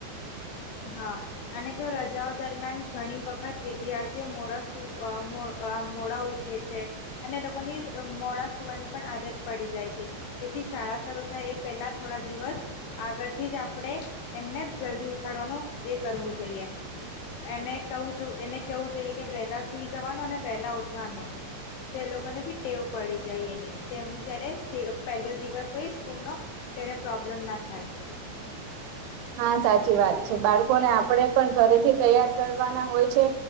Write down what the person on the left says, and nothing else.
હા અને જો રજાઓ દરમિયાન ઘણી વખત વિદ્યાર્થીઓ મોડા સુ અ મો અ મોડા ઉઠે છે અને લોકોની મોડા સુવાની પણ આદત પડી જાય છે તેથી શાળા શરૂ થાય એ પહેલા થોડા દિવસ આગળથી જ આપણે એમને જલ્દી ઉઠ ઉઠાડવાનું એ કરવું જોઈએ એને કવુ એને કેવું જોઈએ કે વહેલા સુઈ જવાનું અને વહેલા ઉઠવાનું તે લોકોને બી ટેવ પડી જાય એની તેમ ત્યારે પહેલો દિવસ હોય સ્કૂલનો ત્યારે પ્રોબ્લેમ ના થાય.